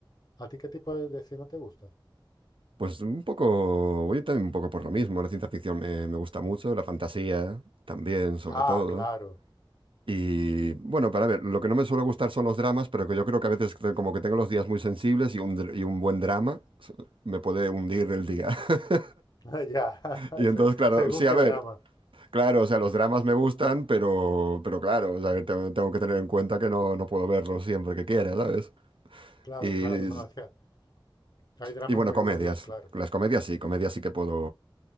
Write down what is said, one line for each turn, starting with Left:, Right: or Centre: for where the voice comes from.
Left: ¿A ti qué tipo de, de cine te gusta?
Right: Pues un poco, voy también un poco por lo mismo. La ciencia ficción me, me gusta mucho, la fantasía también, sobre
Left: Ah,
Right: todo.
Left: claro.
Right: Y bueno, para ver, lo que no me suele gustar son los dramas, pero que yo creo que a veces te- como que tengo los días muy sensibles y un, dr- y un buen drama s- me puede hundir el día. <laughs>
Left: <laughs> Ya, <laughs>
Right: Y entonces,
Left: se-
Right: claro,
Left: según
Right: sí, a
Left: qué
Right: ver,
Left: drama.
Right: claro, o sea, los dramas me gustan, pero, pero claro, o sea, que tengo, tengo que tener en cuenta que no, no puedo verlos siempre que quiera, ¿sabes?
Left: Claro,
Right: Y,
Left: claro. No, es que hay dramas
Right: y bueno,
Left: muy
Right: comedias.
Left: duros, claro.
Right: Las comedias sí, comedias sí que puedo.